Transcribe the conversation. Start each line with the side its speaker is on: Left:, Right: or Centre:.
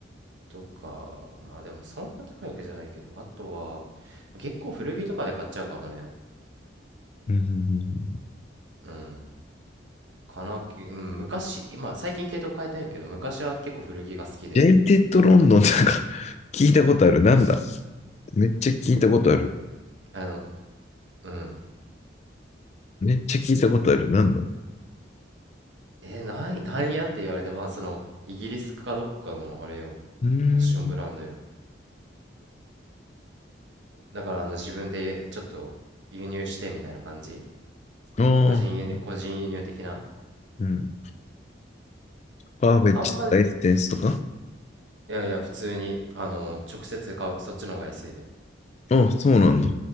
Right: とか、まあでもそんな高いわけじゃないけど、あとは、結構古着とかで買っちゃうかもね。
Left: うんうんうんうん
Right: うん。かな、うん昔、今、最近系統変えたいんけど、昔は結構古着が好きで、
Left: ジェイテッドロンドンなんか <laughs> 聞いたことある。なんだめっちゃ聞いたことある。
Right: あの、うん。
Left: めっちゃ聞いたことある。なんだう
Right: え、なに、何やって言われて、まあその、イギリスかどっかの、あれよ、
Left: ーん。
Right: ファッションブランドよ。だから、あの、自分でちょっと輸入してみたいな感じ
Left: ああ、
Right: 個人輸入、個人輸入的な
Left: うん。パーフェクトライステンスとか
Right: あんま、いやいや、普通に、あの、直接買う、そっちの方が安いで。
Left: あそうなんだ。